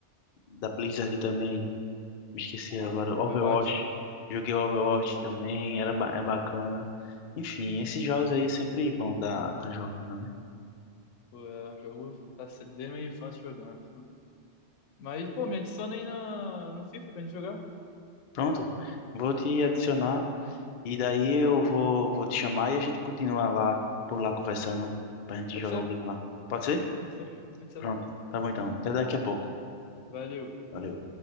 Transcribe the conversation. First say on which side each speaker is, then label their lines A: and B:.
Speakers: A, on the left; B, on the left.
A: da Blizzard também. Me esqueci agora.
B: O
A: Overwatch.
B: Overwatch?
A: Joguei Overwatch
B: Overwatch
A: também,
B: também
A: era
B: é bom.
A: ba- é bacana. Enfim, esses jogos aí é sempre bom dar tá jogando, né?
B: Pô, é, o jogo tá se- desde minha infância jogando. Mas, pô, me adiciona aí na, no FIFA pra gente jogar.
A: Pronto, vou te adicionar e daí eu vou, vou te chamar e a gente continua lá por lá conversando pra gente
B: Pode
A: jogar
B: ser,
A: o game lá. Pode ser?
B: pode ser, pode ser.
A: Pronto, tá bom então. Até daqui a pouco.
B: Valeu.
A: Valeu.